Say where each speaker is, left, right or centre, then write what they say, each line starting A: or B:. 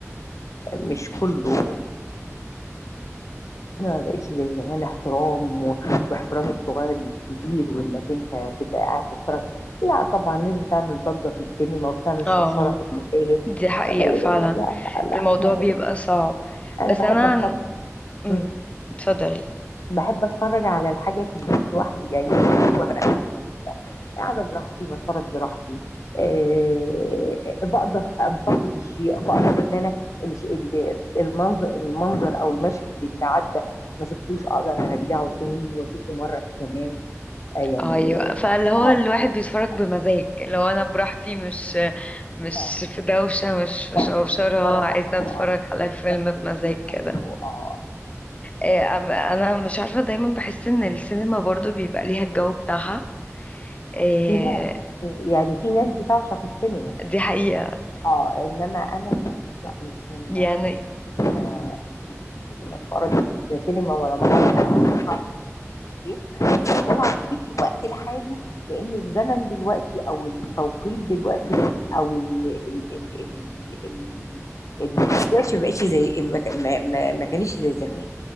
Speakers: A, on the left (about 75°); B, on the left (about 25°).
A: مش كله انا ما بقتش زي زمان احترام و- واحترام الصغير للكبير وانك انت تبقى قاعد تتفرج لا طبعا لازم تعمل ضجه في السينما وبتعمل
B: اه
A: شرشره في المشاهد
B: دي حقيقة
A: فده يبقى
B: فعلا
A: لا لا لا
B: الموضوع
A: انا
B: بيبقى صعب
A: انا
B: بس
A: بحب
B: انا
A: اتفرج
B: عن- مم.
A: مم.
B: اتفضلي
A: بحب اتفرج على الحاجه في البيت لوحدي يعني وانا قاعده براحتي بتفرج براحتي آه، بقدر انتقد الشيء بقدر ان انا الش- ال- المنظر المنظر او المشهد اللي عدى ما شفتوش اقدر ارجعه تاني واشوفه مره كمان آه، يعني
B: ايوه فاللي هو
A: اه
B: الواحد بيتفرج بمزاج
A: اه
B: لو انا براحتي مش مش
A: اه
B: في دوشه مش في
A: اه
B: شوشره
A: آه، اتفرج
B: عايزه
A: على-
B: اتفرج على الفيلم
A: ضغط
B: بمزاج
A: وفيها
B: كده
A: و- اه
B: إيه، أم- انا مش عارفه دايما بحس ان السينما برضو بيبقى ليها الجو بتاعها إيه،
A: لناس يعني في ناس بتعشق السينما
B: دي حقيقه
A: اه انما انا للاسف لا مش من
B: يعني
A: عشاق السينما السينما اتفرج لا سينما ولا مسرح البيت بفضلها في الوقت الحالي لان الزمن دلوقتي او التوقيت دلوقتي او ال ال ال ال ال دلوقتي ما بقتش زي ما كان- ما ما- ما كانش زي زمان